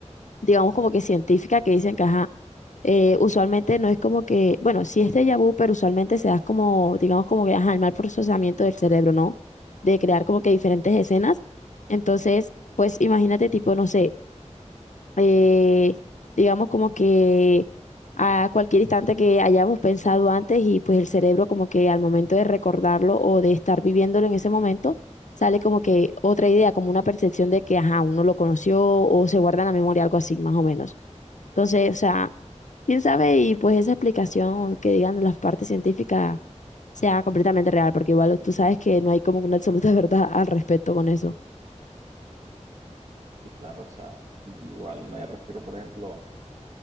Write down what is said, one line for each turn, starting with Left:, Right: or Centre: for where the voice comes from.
Left: digamos como que científica, que dicen que, ajá, eh, usualmente no es como que, bueno, sí es déjà vu, pero usualmente se da como, digamos como que, ajá, el mal procesamiento del cerebro, ¿no? De crear como que diferentes escenas. Entonces, pues imagínate tipo, no sé, eh, digamos como que a cualquier instante que hayamos pensado antes y pues el cerebro como que al momento de recordarlo o de estar viviéndolo en ese momento, sale como que otra idea, como una percepción de que, ajá, uno lo conoció o se guarda en la memoria, algo así, más o menos. Entonces, o sea, quién sabe y pues esa explicación que digan de las partes científicas sea completamente real, porque igual tú sabes que no hay como una absoluta <laughs> verdad al respecto con eso.
Right: Sí, claro, o sea, igual me refiero, por ejemplo,